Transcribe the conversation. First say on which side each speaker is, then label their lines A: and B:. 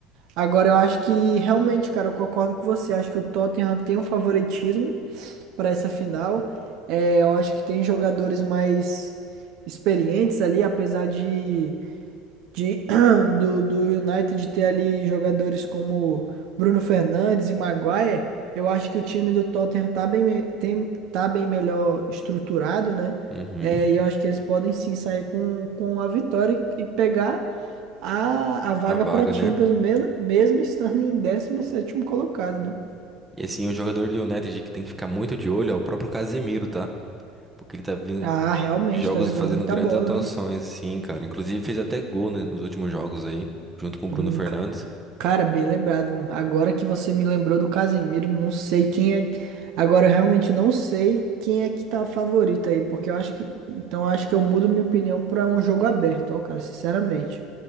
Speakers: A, on the right (about 65°); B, on the right (about 15°).
A: Agora eu acho que realmente, cara, eu concordo com você, acho que o Tottenham tem um favoritismo para essa final. É, eu acho que tem jogadores mais experientes ali, apesar de, de <clears throat> do, do United ter ali jogadores como Bruno Fernandes e Maguire. Eu acho que o time do Tottenham tá bem, me- tem, tá bem melhor estruturado, né?
B: Uhum.
A: É, e eu acho que eles podem sim sair com, com a vitória e e pegar a, a vaga
B: A vaga,
A: para Champions,
B: né?
A: mesmo, mesmo estando em décimo sétimo colocado, né?
B: E assim, o jogador do United que tem que ficar muito de olho é o próprio Casemiro, tá? Porque ele tá vindo
A: Ah, realmente,
B: de jogos
A: tá jogando
B: fazendo
A: muita
B: grandes
A: bola,
B: atuações,
A: né?
B: sim, cara. Inclusive fez até gol, né, nos últimos jogos aí, junto com o
A: Hum,
B: Bruno Fernandes.
A: ca- Cara, bem lembrado. Agora que você me lembrou do Casemiro, não sei quem é. Agora eu realmente não sei quem é que tá favorito aí, porque eu acho que. Então eu acho que eu mudo minha opinião pra um jogo aberto, ó, cara, sinceramente.